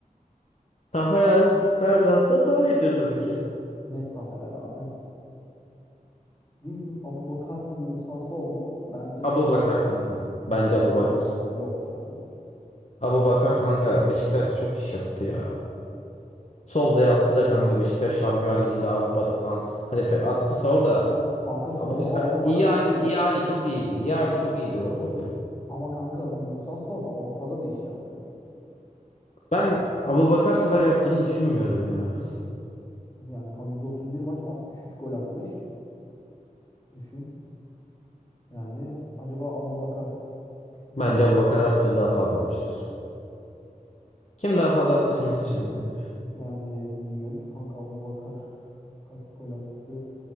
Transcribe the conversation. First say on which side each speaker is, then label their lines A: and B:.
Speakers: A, on the left (about 50°); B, on the left (about 25°).
A: Rafael Berlat da daha iyidir tabii ki.
B: Net Taferel abi. Vincent Abubakar mı Musa Sol mu? Bence Sol.
A: Abu Bakar kanka.
B: Bence
A: Bence Abu
B: Sol.
A: Bakar.
B: Yok canım.
A: Abu Bakar kanka Beşiktaş'ta çok iş yaptı ya. Sol da yaptı da kanka Beşiktaş Şampiyon Ligi'nde Avrupa'da falan. Hani fe- attı sol da.
B: Kanka Sol
A: Abu Bakar
B: Avrupa'da
A: iyi
B: da
A: hali
B: iş yaptı.
A: iyi hali çok iyiydi. İyi hali çok iyiydi Abu Bakar.
B: Ama kanka Musa Sol Avrupa'da da iş yaptı.
A: Ben Abubakar kadar yaptığını düşünmüyorum ya.
B: Yani kanka 131 maç 63 gol atmış. Düşün. Yani acaba Abubakar
A: Bence Abubakar her türlü daha fazla atmıştır. Kim daha fazla attıysa onu seçelim bence.
B: yani bilmiyorum ki kanka Abubakar kaç gol attı?